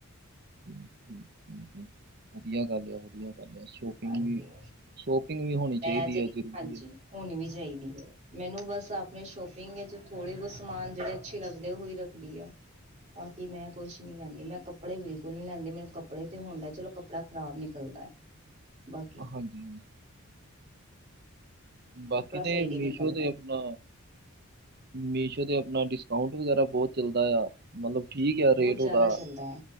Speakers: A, on the right; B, on the right.
A: ਠੀਕ ਵਧੀਆ ਗੱਲ ਹੈ ਵਧੀਆ ਗੱਲ ਹੈ ਸ਼ੋਪਿੰਗ
B: ਹਾਂਜੀ
A: ਵੀ ਸ਼ੋਪਿੰਗ ਵੀ ਹੋਣੀ
B: ਮੈਂ
A: ਚਾਹੀਦੀ
B: ਅਜੇ
A: ਹੈ
B: ਨੀ-
A: ਜ਼ਰੂਰੀ
B: ਹਾਂਜੀ
A: ਹੈ
B: ਹੋਣੀ ਵੀ ਚਾਹੀਦੀ ਹੈ ਮੈਨੂੰ ਬਸ ਆਪਣੇ ਸ਼ੋਪਿੰਗ ਵਿੱਚ ਥੋੜ੍ਹੇ ਬਹੁਤ ਸਮਾਨ ਜਿਹੜੇ ਅੱਛੇ ਲੱਗਦੇ ਹੋਈ ਰੱਖਦੀ ਆ ਬਾਕੀ ਮੈਂ ਕੁਛ ਨੀ ਲੈਂਦੀ ਮੈਂ ਕੱਪੜੇ ਬਿਲਕੁਲ ਨੀ ਲੈਂਦੀ ਮੈਨੂੰ ਕੱਪੜੇ ਤੇ ਹੁੰਦਾ ਚਲੋ ਕੱਪੜਾ ਖਰਾਬ ਨਿਕਲਦਾ ਬਾਕੀ
A: ਹਾਂਜੀ ਹਾਂਜੀ ਬਾਕੀ
B: ਕੱਪੜਾ
A: ਤੇ
B: ਸਹੀ ਨਹੀਂ
A: ਮੀਸ਼ੋ
B: ਨਿਕਲਦਾ
A: ਤੇ ਆਪਣਾ ਮੀਸ਼ੋ 'ਤੇ ਆਪਣਾ ਡਿਸਕਾਊਂਟ ਵਗੈਰਾ ਬਹੁਤ ਚੱਲਦਾ ਆ ਮਤਲਬ ਠੀਕ ਆ
B: ਬਹੁਤ
A: ਰੇਟ
B: ਜ਼ਿਆਦਾ
A: ਉਹਦਾ
B: ਚੱਲਦਾ ਹੈ